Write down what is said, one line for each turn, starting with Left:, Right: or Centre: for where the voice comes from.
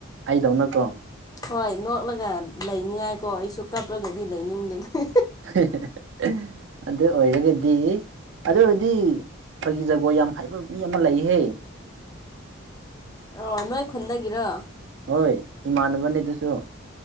Right: ꯑꯩꯗꯧꯅꯀꯣ
Left: ꯍꯣꯏ ꯅꯣꯛꯂꯒ ꯂꯩꯅꯤꯉꯥꯏꯀꯣ ꯑꯩꯁꯨ ꯀꯞꯂꯒꯗꯤ ꯂꯩꯅꯤꯡꯗꯦꯅꯦ
Right: ꯍꯦꯍꯦꯍꯦ ꯑꯦ ꯑꯗꯨ ꯑꯣꯏꯔꯒꯗꯤ ꯑꯗꯨ ꯑꯣꯏꯔꯗꯤ ꯑꯩꯈꯣꯏꯒꯤ ꯖꯒꯣꯏ ꯌꯥꯝ ꯍꯩꯕ ꯃꯤ ꯑꯃ ꯂꯩꯍꯦ
Left: ꯑ ꯅꯣꯏ ꯈꯨꯟꯗꯥꯒꯤꯔꯣ
Right: ꯍꯣꯏ ꯏꯃꯥꯟꯅꯕꯅꯤꯗꯨꯁꯨ